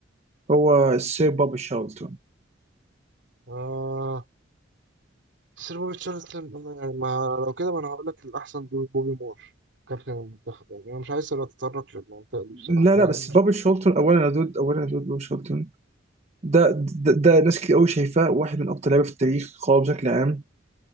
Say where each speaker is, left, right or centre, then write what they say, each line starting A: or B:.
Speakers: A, on the right (about 35°); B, on the right (about 65°).
A: هو السير بوبي شارلتون
B: آه بس بوبي تشارلتون أنا يعني ما لو كده ما انا هقول لك الاحسن دول بوبي مور كابتن المنتخب يعني انا مش عايز اتطرق للمنطقه دي بصراحه
A: لا
B: عايز
A: لا بس
B: أنا
A: بوبي
B: <laughs>
A: شارلتون اولا يا دود اولا يا دود بوبي شارلتون ده ده, ده ناس كتير قوي شايفاه واحد من اقوى لعيبه في التاريخ قوي بشكل عام